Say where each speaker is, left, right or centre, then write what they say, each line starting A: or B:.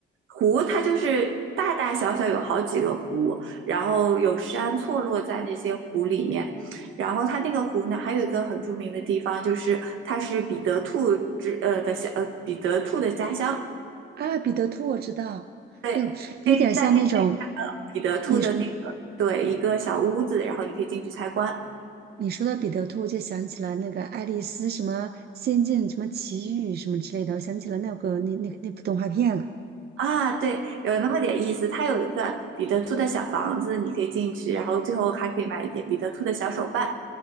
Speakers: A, on the right; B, on the right.
A: 湖它就是大大小小有好几个湖，然后有山错落在那些湖里面。然后它那个湖呢，还有一个很著名的地方，就是它是彼得兔之呃的小呃彼得兔的家乡。
B: 啊，彼得兔我知道。
A: 对，
B: 哎呦，
A: 你可以在那边
B: 有点像那种
A: 彼得兔的那个对一个小屋子，
B: 你
A: 然后你可以进去参观。
B: 你说到彼得兔，我就想起了那个爱丽丝什么仙境什么奇遇什么之类的，我想起了那个那那个那部动画片了。
A: 啊，对，有那么点意思。它有一个彼得兔的小房子，你可以进去，然后最后还可以买一点彼得兔的小手办。